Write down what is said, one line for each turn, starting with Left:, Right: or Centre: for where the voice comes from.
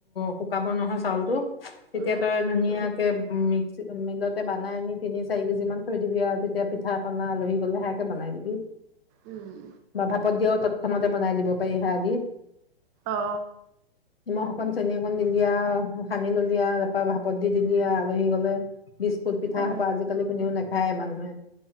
Left: শুকাব নহয় চাউলটো তেতিয়া
Right: উম
Left: তই ধুনীয়া মিক্স মিলতে বনাই আনি তিনি চাৰি কেজি মান থৈ দিবি আৰু তেতিয়া পিঠা পনা আলহী গলে সেয়াকে বনাই দিবি
Right: উম
Left: বা ভাপত দিয়াও খনতে বনাই দিব পাৰিহা আদি
Right: অ
Left: নিমখ অকণ চেনি অকণ দিলিয়া সানি ললিয়া তাৰপা ভাপত দি দিলিয় আলহী গলে বিস্কুট পিঠাসোপা
Right: অ
Left: আজিকালিও নাখায় মানুহে